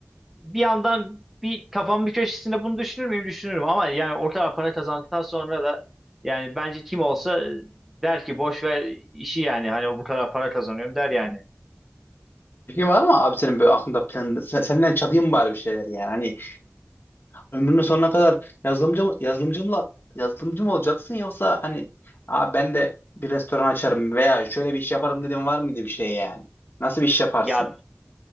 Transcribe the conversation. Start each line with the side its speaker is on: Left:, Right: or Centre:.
Centre: bir yandan bir kafamın bir köşesinde bunu düşünür müyüm? Düşünürüm ama yani orta para kazandıktan sonra da yani bence kim olsa der ki boş ver işi yani hani bu kadar para kazanıyorum der yani.
Left: Peki var mı abi senin böyle aklında plan? Sen- senden çalayım bari bir şeyler yani. Hani Ömrünün sonuna kadar yazılımcı mı- yazılımcımla yazılımcı mı olacaksın yoksa hani Aa, ben de bir restoran açarım veya şöyle bir iş yaparım dedim var mıydı bir şey yani? Nasıl bir iş yaparsın?
Centre: Ya